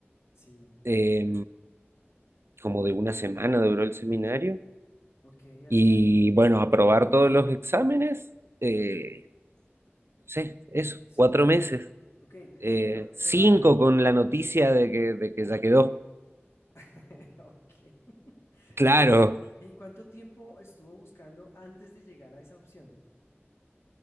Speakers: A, on the left (about 85°); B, on the right (about 70°).
A: Sí.
B: Eh, como de una semana duró el seminario.
A: Ok, Adrián.
B: Y bueno, aprobar todos los exámenes, eh, no sé, eso,
A: Sí.
B: cuatro meses.
A: Ok,
B: Eh,
A: pero,
B: cinco
A: pero, an-
B: con la noticia de que, de que ya quedó.
A: <laughs> ok. <laughs>
B: Claro,
A: ¿Y, y, y cuánto tiempo estuvo buscando antes de llegar a esa opción?